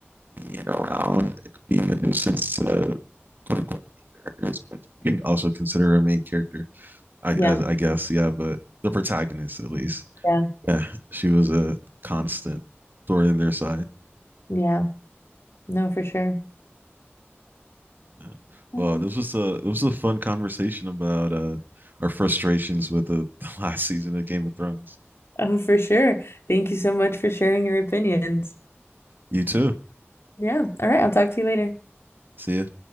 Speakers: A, on the right (about 45°); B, on the left (about 65°).
A: being around, and being a nuisance to the quote unquote main characters, but you can also consider her a main character, I,
B: Yeah,
A: I I guess, yeah, but the protagonist at least.
B: yeah,
A: Yeah. She was a constant thorn in their side.
B: yeah. No, for sure.
A: Yeah.
B: Um,
A: Well, this was a this was a fun conversation about uh our frustrations with the, <laughs> the last season of Game of Thrones.
B: Oh, for sure. Thank you so much for sharing your opinions.
A: You too.
B: Yeah. All right. I'll talk to you later.
A: See ya.